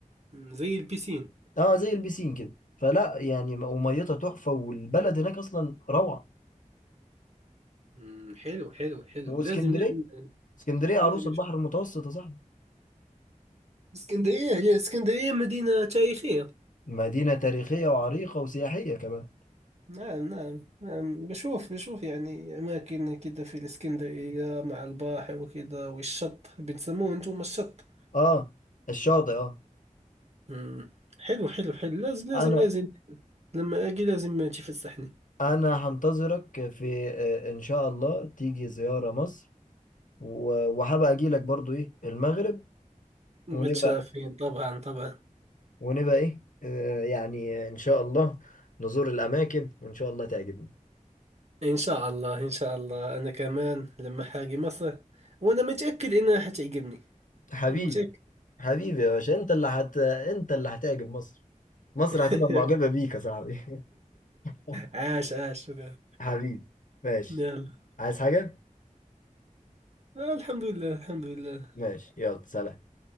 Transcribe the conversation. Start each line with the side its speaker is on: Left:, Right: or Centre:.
Right: أمم، زي البيسين
Left: اه زي البيسين كده فلا يعني م- وميتها تحفه والبلد هناك اصلا روعه
Right: أمم، حلو حلو حلو
Left: واسكندريه
Right: لازم لازم
Left: اسكندريه عروس
Right: لازم نشوف.
Left: البحر المتوسط يا صاحبي
Right: اسكندريه هي اسكندريه مدينه تاريخيه
Left: مدينه تاريخيه وعريقه وسياحيه كمان
Right: نعم نعم نعم بشوف بشوف يعني أماكن كده في الإسكندرية مع البحر وكده والشط بتسموه أنتم الشط
Left: اه الشاطئ اه
Right: مم. حلو حلو حلو لازم لازم
Left: انا
Right: لازم لما أجي لازم تفسحني
Left: انا هنتظرك في آه، ان شاء الله تيجي زياره مصر و- وهبقى اجي لك برضو ايه المغرب
Right: متشافين
Left: ونبقى
Right: طبعا طبعا
Left: ونبقى ايه آه يعني ان شاء الله نزور الاماكن وان شاء الله تعجبني
Right: إن شاء الله إن شاء الله أنا كمان لما حاجي مصر وأنا متأكد إنها حتعجبني
Left: حبيبي
Right: أنا متأكد
Left: حبيبي يا باشا انت اللي هت انت اللي هتعجب مصر مصر
Right: <laughs>
Left: هتبقى معجبة بيك يا صاحبي <laughs>
Right: عاش عاش شكرا
Left: حبيبي ماشي
Right: يلا
Left: عايز حاجة؟
Right: الحمد لله الحمد لله
Left: ماشي يلا سلام